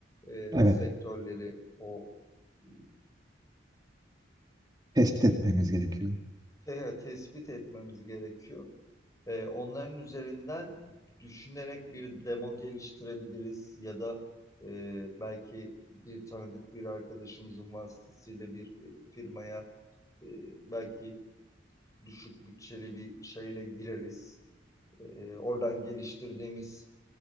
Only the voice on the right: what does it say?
Evet.
Tespit etmemiz
gerekiyor.